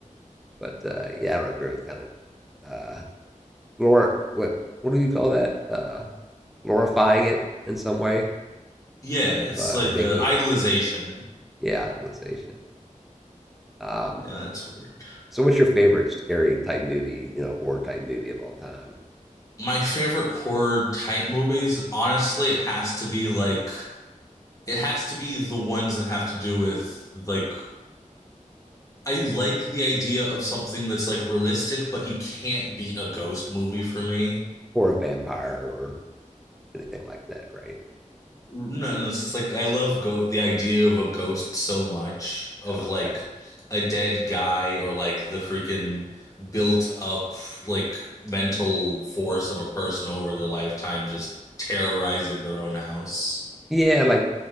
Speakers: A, in the centre; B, on the left.
A: but uh, yeah, I don't agree with kind of uh, glor what what do you call that? Uh, glorifying it in some way,
B: Yeah, it's
A: but
B: like
A: or making
B: a idolization.
A: it yeah, idolization. Um,
B: Yeah, that's weird.
A: so what's your favorite scary type movie? You know, horror type movie of all time?
B: My favorite horror type movies, honestly, it has to be like it has to be the ones that have to do with like I like the idea of something that's like realistic, but you can't beat a ghost movie for me.
A: for a vampire or anything like that, right?
B: No, no, it's just like I love go the idea of a ghost so much of
A: Uh,
B: like
A: Okay.
B: a dead guy or like the freaking built up like mental force of a person over their lifetime just terrorizing their own house.
A: Yeah, like